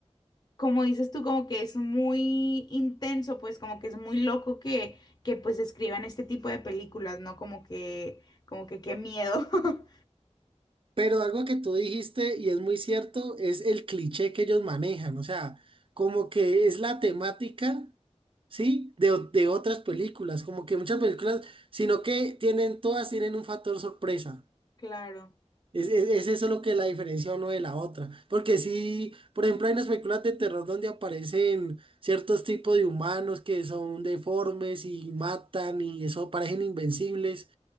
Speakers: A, on the left; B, on the right.
A: como dices tú, como que es muy intenso, pues como que es muy loco que, que pues escriban este tipo de películas, ¿no? Como que, como que qué miedo. <laughs>
B: Pero algo que tú dijiste, y es muy cierto, es el cliché que ellos manejan, o sea, como que es la temática, ¿sí? De, o- de otras películas, como que muchas películas, sino que tienen, todas tienen un factor sorpresa.
A: Claro.
B: Es, es, es eso lo que la diferencia uno de la otra. Porque sí, por ejemplo, hay unas películas de terror donde aparecen ciertos tipos de humanos que son deformes y matan y eso parecen invencibles.